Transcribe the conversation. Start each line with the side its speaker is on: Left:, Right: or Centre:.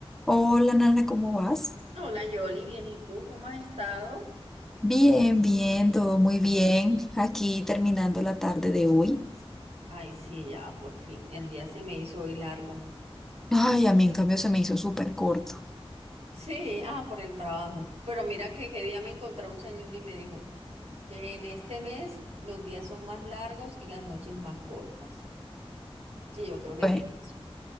Centre: Hola Nana, ¿cómo vas?
Right: Hola Yoli, bien, ¿y tú cómo has estado?
Centre: Bien, bien, todo muy bien. Aquí terminando la tarde de hoy.
Right: Ay, sí, ya, por fin. El día se me hizo hoy largo.
Centre: Ay, a mí en cambio se me hizo súper corto.
Right: Sí, ah, por el trabajo. Pero mira que qué día me encontré un señor y me dijo que en este mes los días son más largos y las noches más cortas. Y yo creo que
Centre: Bue-
Right: tiene razón.